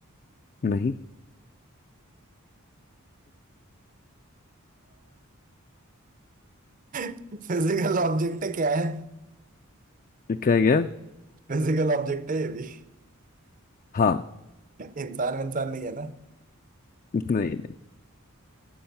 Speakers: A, on the left (about 35°); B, on the right (about 35°).
A: नहीं
B: फिजिकल ऑब्जेक्ट <laughs> क्या है
A: <laughs> क्या गया
B: फिजिकल ऑब्जेक्ट है ये भी
A: हाँ
B: इंसान इंसान नहीं है ना
A: नहीं नहीं